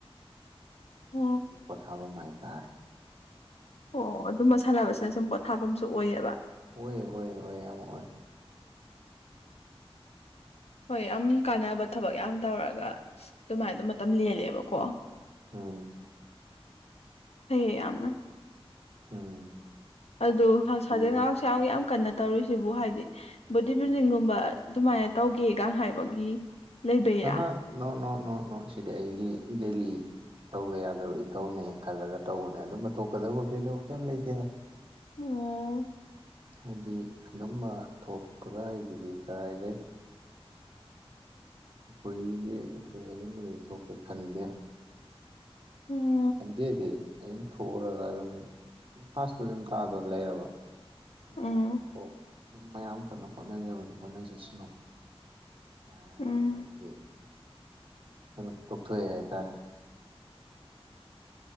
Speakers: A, on the left (about 85°); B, on the right (about 55°).
A: ꯑꯣ
B: ꯄꯣꯊꯥꯐꯝ ꯍꯥꯏꯇꯥꯔꯦ
A: ꯑꯣ ꯑꯗꯨꯝꯕ ꯁꯥꯟꯅꯕꯁꯤꯅ ꯁꯨꯝ ꯄꯣꯊꯥꯐꯝꯁꯨ ꯑꯣꯏꯌ‌ꯦꯕ
B: ꯑꯣꯏꯌ‌ꯦ ꯑꯣꯏꯌ‌ꯦ ꯍꯣꯏ ꯌꯥꯝ ꯑꯣꯏ
A: ꯍꯣꯏ ꯌꯥꯝ ꯀꯥꯟꯅꯕ ꯊꯕꯛ ꯌꯥꯝ ꯇꯧꯔꯒ ꯑꯗꯨꯃꯥꯏ ꯑꯗꯨ ꯃꯇꯝ ꯂꯦꯜꯂꯦꯕꯀꯣ
B: ꯎꯝ
A: ꯐꯩꯌꯦ ꯌꯥꯝꯅ
B: ꯎꯝ
A: ꯑꯗꯣ
B: ꯑꯗꯨꯗꯤ
A: ꯍꯁꯗꯩ <unintelligible> ꯌꯥꯝ ꯀꯟꯅ ꯇꯧꯔꯤꯁꯤꯕꯨ ꯍꯥꯏꯗꯤ ꯕꯣꯗꯤ ꯕꯤꯜꯗꯤꯡꯒꯨꯝꯕ ꯑꯗꯨꯃꯥꯏꯅ ꯇꯧꯒꯦꯒ ꯍꯥꯏꯕꯒꯤ ꯂꯩꯕꯩꯔꯥ
B: ꯑꯍ ꯅꯣ ꯅꯣ ꯅꯣ ꯅꯣ ꯁꯤꯗꯤ ꯑꯩꯒꯤ ꯗꯦꯜꯂꯤ ꯇꯧꯗ ꯌꯥꯗ꯭ꯔꯕ ꯏꯊꯧꯅꯦ ꯈꯜꯂꯒ ꯇꯧꯕꯅꯦ ꯑꯗꯨꯝꯕ ꯊꯣꯛꯀꯗꯧꯕ ꯀꯩꯗꯧꯕ ꯀꯩꯝ ꯂꯩꯇꯦꯗ
A: ꯎꯝ
B: ꯍꯥꯏꯗꯤ ꯑꯗꯨꯝꯕ ꯊꯣꯛꯄꯒ ꯑꯩꯗꯨꯗꯤ ꯀꯔꯥꯗꯩ ꯑꯩꯈꯣꯏꯒꯤ ꯑꯩꯈꯣꯏ ꯑꯗꯨꯝ ꯕꯗꯨꯗꯤ ꯊꯣꯛꯀꯦ ꯈꯟꯗꯦ
A: ꯎꯝ
B: ꯁꯟꯗꯦꯗꯤ ꯑꯩꯅ ꯊꯣꯛꯎꯔꯒ ꯑꯗꯨꯝ ꯐꯥꯁ ꯄꯨꯗꯤ ꯑꯗꯨꯝ ꯇꯥꯗꯧ ꯂꯩꯔꯕ ꯑꯗꯨꯅ
A: ꯎꯝ
B: ꯑꯣ ꯑꯗꯨꯝ ꯃꯌꯥꯝ ꯀꯟꯅ ꯍꯣꯠꯅꯖꯕꯗꯨ ꯍꯣꯠꯅꯖꯁꯅꯨ ꯍꯥꯏ
A: ꯎꯝ
B: ꯑꯗꯨꯝ ꯑꯩꯗꯤ ꯑꯗꯨꯝ ꯇꯣꯛꯊꯣꯛꯑꯦ ꯍꯥꯏꯇꯥꯔꯦ